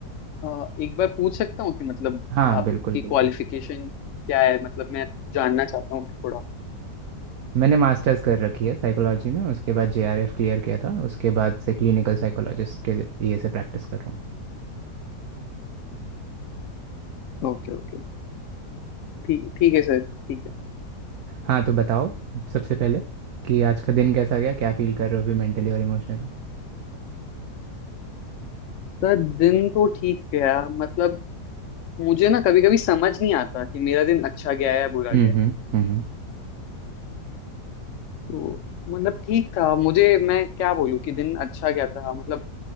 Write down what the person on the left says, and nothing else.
अ, एक बार पूछ सकता हूँ कि मतलब
आपकी
क्वालिफिकेशन क्या है मतलब मैं जानना चाहता हूँ थोड़ा
Okay okay ठीक ठीक है सर ठीक है
सर दिन तो ठीक गया मतलब मुझे ना कभी कभी समझ नहीं आता कि मेरा दिन अच्छा गया है या बुरा
गया है
तो मतलब ठीक था मुझे मैं क्या बोलूँ कि दिन अच्छा गया था मतलब